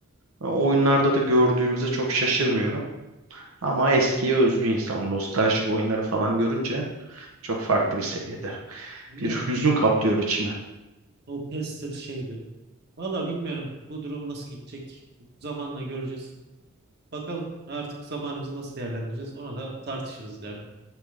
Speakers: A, on the right; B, on the right.
A: E, Oyunlarda da gördüğümüzde çok şaşırmıyorum. Ama eskiye özlü insan o nostaljik oyunları falan görünce çok farklı bir seviyede.
B: Yani
A: Bir hüzün kaplıyor içimi.
B: o pestir şeydir. Valla bilmiyorum bu durum nasıl gidecek. Zamanla göreceğiz. Bakalım artık zamanımızı nasıl değerlendireceğiz. Ona da tartışırız ileride.